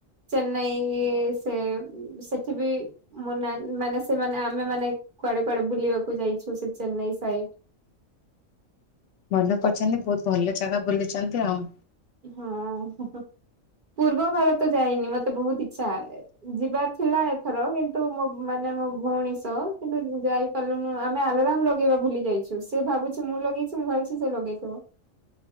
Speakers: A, on the right; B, on the left.
A: ଚେନ୍ନାଇ ସେ ସେଠି ବି ମୋ ନାନି ମାନେ ସେମାନେ ଆମେ ମାନେ କୁଆଡେ କୁଆଡେ ବୁଲିବାକୁ ଯାଇଛୁ ସେ ଚେନ୍ନାଇ ସାଇଡ଼
B: ମତେ ପଚାରିଲେ ବହୁତ ଭଲ ଜାଗା ବୁଲିଛନ୍ତି ଆଉ।
A: ହଁ ହଁହଁ ପୂର୍ବ ଭାରତ ଯାଇନି ମତେ ବହୁତ ଇଚ୍ଛା ଯିବାକୁ। ଥିଲା ଏଥର କିନ୍ତୁ ମୁଁ ମାନେ ମୋ ଭଉଣୀ ସହ କିନ୍ତୁ ଯାଇପାରିଲୁନୁ ଆମେ ଆଲାରାମ୍ ଲଗେଇବା ଭୁଲି ଯାଇଛୁ। ସେ ଭାବୁଛି ମୁଁ ଲଗେଇଛି, ମୁଁ ଭାବିଛି ସେ ଲଗେଇଥିବ।